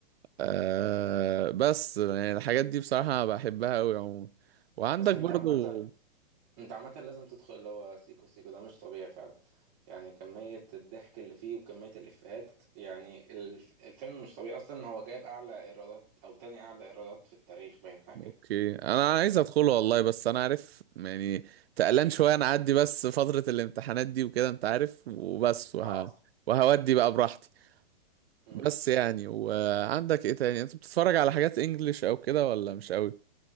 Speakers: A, on the right; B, on the right.
A: آه بس يعني الحاجات دي بصراحة بحبها أوي عموما وعندك
B: بس انت
A: برضو
B: عامة انت عامة لازم تدخل اللي هو سيكو سيكو ده مش طبيعي فعلا يعني كمية الضحك اللي فيه وكمية الإفيهات يعني الف... الفيلم مش طبيعي أصلا هو جايب أعلى إيرادات أو تاني أعلى إيرادات في التاريخ باين حاجة كده
A: اوكي انا عايز ادخله والله بس انا عارف يعني تقلان شوية انا اعدي بس فترة الامتحانات دي وكده انت عارف وبس وه...
B: اه
A: وهودي بقى براحتي
B: امم
A: بس يعني وعندك ايه تاني انت بتتفرج على حاجات انجليش او كده ولا مش قوي